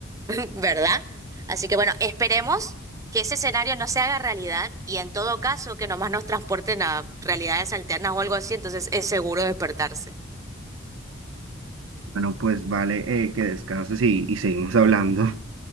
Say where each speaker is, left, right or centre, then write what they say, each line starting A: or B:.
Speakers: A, on the right; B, on the right.
A: <laughs> ¿verdad? Así que bueno, esperemos que ese escenario no se haga realidad y en todo caso que nomás nos transporten a realidades alternas o algo así, entonces es seguro despertarse.
B: Bueno, pues vale, eh, que descanses y, y seguimos hablando.